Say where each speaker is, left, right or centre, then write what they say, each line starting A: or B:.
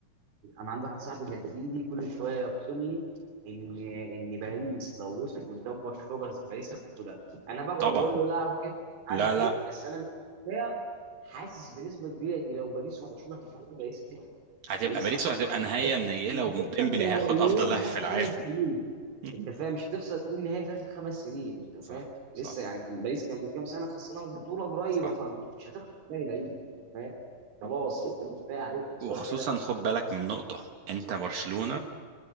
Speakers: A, on the right; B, on the right.
A: انا عندي واحد صاحبي مدريدي كل شويه يرسم لي ان ان باريس لو وصل قدام برشلونه بس باريس هتاخدها انا بقعد
B: طبعا
A: اقول له لا وكده مش عارف
B: لا لا
A: ايه بس انا مش كفاية حاسس بنسبه كبيره ان لو باريس وبرشلونه هتاخد باريس هتكسب
B: هتبقى
A: باريس
B: باريس
A: اصلا
B: وهتبقى
A: مش
B: نهايه منيله
A: هتخسر
B: وديمبلي
A: نهائيين
B: هياخد افضل لاعب
A: في
B: في
A: اخر
B: العالم
A: خمس سنين
B: <laughs>
A: انت فاهم مش هتخسر اتنين نهائي في اخر خمس سنين انت
B: صح
A: فاهم
B: صح
A: لسه يعني كان باريس كان من كام سنه خسرانه بطوله قريبه
B: صح
A: فمش هتخسر تاني باريس انت فاهم خلاص كفايه عليهم خساره
B: وخصوصا
A: كده
B: خد بالك من نقطه انت برشلونه